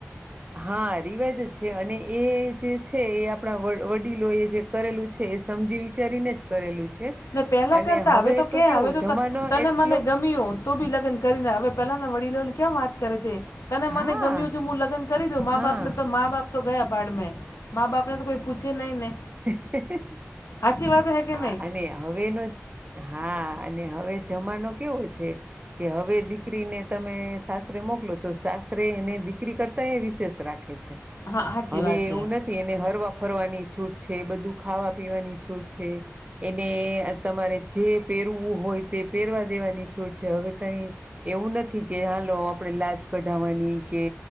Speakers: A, on the right (about 30°); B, on the left (about 75°).
A: હા રિવાજ જ છે અને એ જે છે એ આપણા વડીલો એ જે કરેલું છે એ. સમજી વિચારીને જ કરેલું છે.
B: ને પેલા
A: અને
B: કરતા
A: હવે
B: હ તો ક
A: કેવું
B: આવે તો
A: જમાનો
B: તને
A: એટલો
B: મને ગમ્યો. તો બી લગ્ન કરીને હવે પેલાના વડીલોની ક્યાં વાત કરે છે. તને
A: હા
B: મને ગમ્યું છુ હું લગ્ન કરી દઉં મા
A: હા
B: બાપ ને તો મા બાપ. તો ગયા પાડ મે મા બાપ ને તો કોઈ પૂછે નહી ને.
A: <inaudible>
B: હાચી વાત હે કે
A: હા
B: નહીં.
A: અને હવેનો હા અને હવે જમાનો કેવો છે કે હવે દી. દીકરીને તમે સાસરે મોકલો તો સાસરે એને દીકરી કરતા એ વિશેષ રાખે છે.
B: હા સાચી
A: હવે
B: વાત છે
A: એવું નથી એને હરવા ફરવાની છૂટ છે બધું ખાવા પીવાની છૂટ છે. છે. એને તમારે જે પહેરવું હોય તે પહેરવા દેવાની છૂટ છે હવે કઈ. એવું નથી કે હાલો આપણેે લાજ કઢવાની કે.